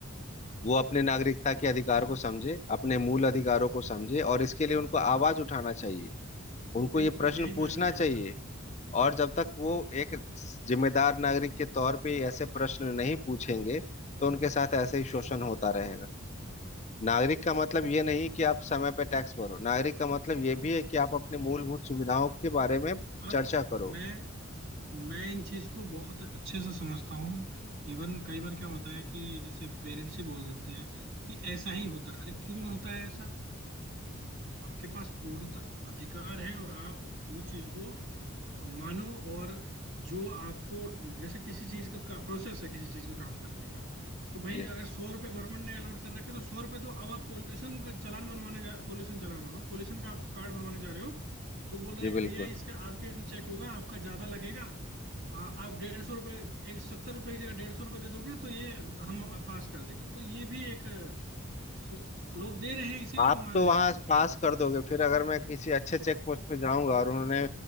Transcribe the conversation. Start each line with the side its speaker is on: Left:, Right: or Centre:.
Right: हम्म
Left: वो अपने नागरिकता के अधिकार को समझे अपने मूल अधिकारों को समझे और इसके लिए उनको आवाज उठाना चाहिए उनको
Right: बिल्कुल
Left: ये प्रश्न
Right: यही
Left: पूछना
Right: मैं भी कहना
Left: चाहिए
Right: चाह रहा
Left: और जब तक वो एक जिम्मेदार नागरिक के तौर पे ऐसे प्रश्न नहीं पूछेंगे तो उनके साथ ऐसे ही शोषण होता रहेगा नागरिक का मतलब ये नहीं कि आप समय पे टैक्स भरो नागरिक का मतलब ये भी है कि आप अपने मूलभूत सुविधाओं के बारे में
Right: हूँ और
Left: चर्चा करो
Right: मैं मैं इन चीज को बहुत अच्छे से समझता हूँ इवन कई बार क्या होता है कि जैसे पेरेंट्स ही बोल देते हैं कि ऐसा ही होता है अरे क्यों होता है ऐसा आपके पास पूर्णतः अधिकार है और आप उस चीज को मानो और जो आपको जैसे किसी चीज का प्रोसेस है किसी चीज का काम करने का तो भाई
Left: जी
Right: अगर सौ रुपए गवर्नमेंट ने अलॉट कर रखे तो सौ रुपए तो अब आप पोल्यूशन का चालान बनवाने जा पोल्यूशन चालान बोल रहा हूँ पोल्यूशन का आप कार्ड बनवाने जा रहे हो तो बोल रहा
Left: जी
Right: है कि
Left: बिल्कुल
Right: भैया इसका आरपीएम चेक होगा आपका ज्यादा लगेगा आ, आप डेढ़ सौ रुपये एक सत्तर रुपये की जगह डेढ़ सौ रुपये दे दोगे तो ये हम पास कर देंगे तो ये भी एक सो- लोग दे रहे हैं इसीलिए
Left: आप
Right: वो मांग
Left: तो
Right: रहे
Left: वहां
Right: हैं
Left: पास कर दोगे फिर अगर मैं किसी अच्छे चेक पोस्ट पे जाऊंगा और उन्होंने